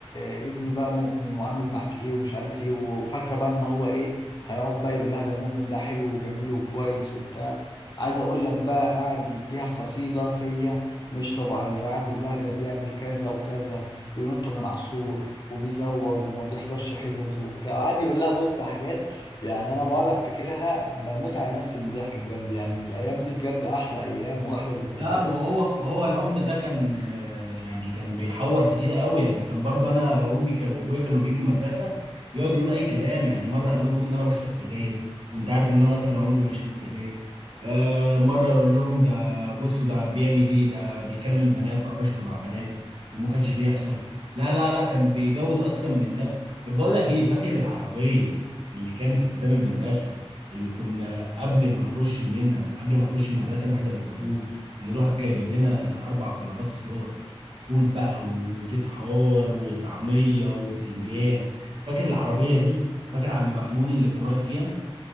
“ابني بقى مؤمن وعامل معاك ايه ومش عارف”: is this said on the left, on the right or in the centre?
Left